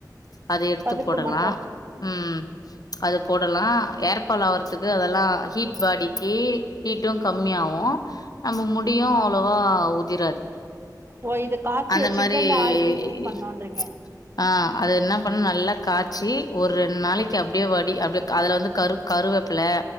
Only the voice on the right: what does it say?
பருப்பு
மட்டு
ஓ இது காச்சி
வெச்சிக்கிட்டா
இந்த ஆயில யூஸ் பண்ணுன்றீங்க